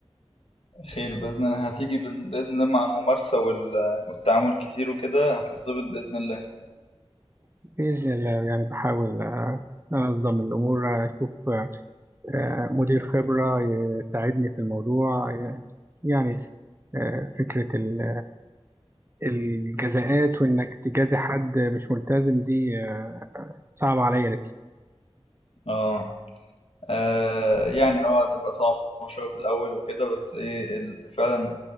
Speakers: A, on the left; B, on the right.
A: خير باذن الله هتيجي بال- باذن الله مع الممارسة وال- والتعامل كتير وكده هتتظبط باذن الله
B: بإذن الله يعني بحاول آه، أنظم الأمور أشوف آه، آه، مدير خبرة يساعدني في الموضوع آه، يعني آه، فكرة ال- الجزاءات وإنك تجازي حد مش ملتزم دي آه، صعبة عليا نفسي
A: اه آه يعني اه هتبقى صعبة شوية في الأول وكده بس ايه ال- فعلا